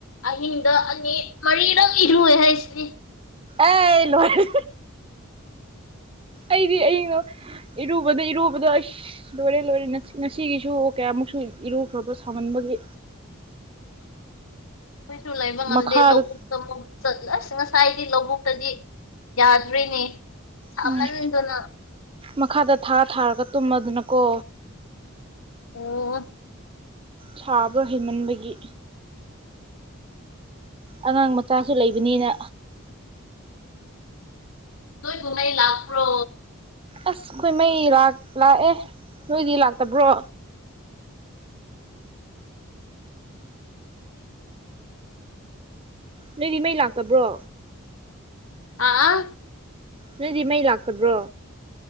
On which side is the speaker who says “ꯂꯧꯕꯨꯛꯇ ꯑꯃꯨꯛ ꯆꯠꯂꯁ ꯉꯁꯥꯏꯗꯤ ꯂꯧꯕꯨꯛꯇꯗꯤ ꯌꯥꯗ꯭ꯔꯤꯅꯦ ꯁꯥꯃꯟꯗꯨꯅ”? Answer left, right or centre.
Left